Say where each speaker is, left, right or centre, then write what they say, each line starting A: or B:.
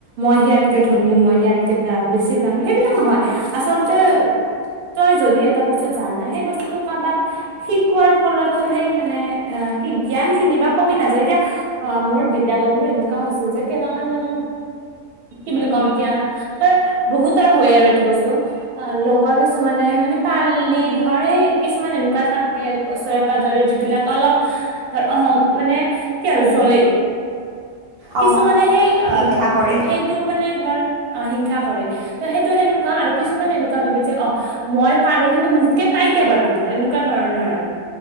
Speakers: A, on the right; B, on the right.
A: মই সিয়াতকে ধনী ইয়াতকে বা বেছি জানো সেইবিলাক নহয় আচলতে তই যদি এটা বস্তু জানা সেই বস্তুটো কাৰোবাক শিকোৱাৰ ফলতো সেই মানে অ কি জ্ঞান খিনি বা কমি নাযায় এতিয়া অ' মোৰ বিদ্যালয়ত মোৰ এনেকুৱা হৈছিল যে কেইটামান মানে কি বুলি কম এতিয়া তাৰ বহুতৰ হয় আৰু এইটো বস্তু অ' লগৰ কিছুমানে মানে পালি ধৰ এই কিছুমান এনেকুৱা কুৱা থাকে ওচৰে পাজৰে যিবিলাক অলপ তাৰ অহং মানে কি আৰু জ্বলে কিছুমানে
B: অঁ
A: সেই অ'
B: হিংসা কৰে।
A: সেই টো মানে ধৰ অ' হিংসা কৰে ত সেইটো সেনেকুৱা আৰু কিছুমানে এনেকুৱা ভাবে যে অ মই পাৰো কিন্তু মোতকে তাই কেবাৰ বোধৰ এনেকুৱা ধৰণৰ আৰু।